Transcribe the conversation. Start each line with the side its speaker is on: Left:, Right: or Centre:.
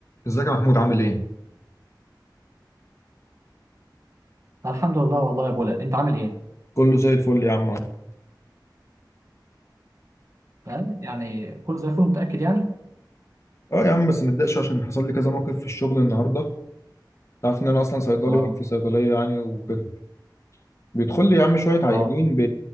Left: ازيك يا محمود عامل ايه؟
Right: الحمد لله والله يا بولا انت عامل ايه؟
Left: كله زي الفل يا عم
Right: آه، يعني كله زي الفل متأكد يعني؟
Left: اه يا عم بس متضايقش عشان حصل لي كذا موقف في الشغل النهارده انت عارف ان انا اصلا صيدلي
Right: اه
Left: واقف في صيدليه يعني وكده بيدخل لي يا عم شويه
Right: اه
Left: عيانين ب...